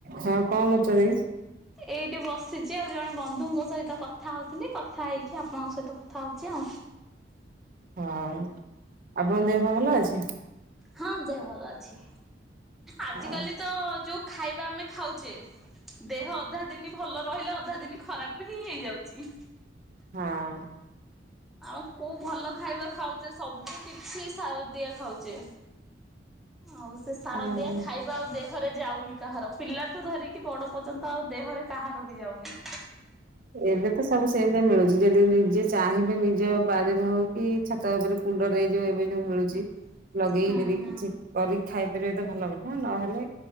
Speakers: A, on the right; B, in the centre.
A: ହଁ କଣ କରୁଛନ୍ତି?
B: ଏଇଠି ବସିଛି ଆଉ ଜଣେ ବନ୍ଧୁଙ୍କ ସହିତ କଥା ହଉଥିଲି କଥା ହେଇକି ଆପଣଙ୍କ ସହିତ କଥା ହଉଛି ଆଉ
A: ହଁ ଆପଣଙ୍କ ଦେହ ପା ଭଲ ଅଛି?
B: ହଁ ଦେହ ଭଲ ଅଛି ଆଜିକାଲି
A: ହଉ
B: ତ ଯୋଉ ଖାଇବା ଆମେ ଖାଉଛେ ଦେହ ଅଧା ଦିନି ଭଲ ରହିଲେ ଅଧା ଦିନ ଖରାପ ହିଁ ହେଇଯାଉଛି।
A: ହଁ।
B: ଆଉ କୋଉ ଭଲ ଖାଇବା ଖାଉଛେ ସବୁ କିଛି ସାର ଦିଆ ଖାଉଛେ। ଆଉ ସେ ସାର
A: ହଁ
B: ଦିଆ ଖାଇବା ଆଉ ଦେ ଥରେ ଯାଉନି କାହାର ପିଲା ଠୁ ଧରିକି ବଡ ପର୍ଯ୍ୟନ୍ତ ଆଉ ଦେହରେ କାହାର ବି ଯାଉନି
A: ଏବେ ତ ସବୁ ସେମିତିଆ ମିଳୁଛି ଯଦି ନିଜେ ଚାହିଁବେ ନିଜ ବାଡିରେ ହଉ କି ଛାତ ଉପରେ କୁଣ୍ଡରେ ଯୋଉ ଏବେ ଯୋଉ ମିଳୁଛି ଲଗେଇକି
B: ହୁଁ
A: ଯଦି
B: ହୁଁ
A: କିଛି କରିକି ଖାଇପାରିବେ ତ ଭଲ କଥା ନହେଲେ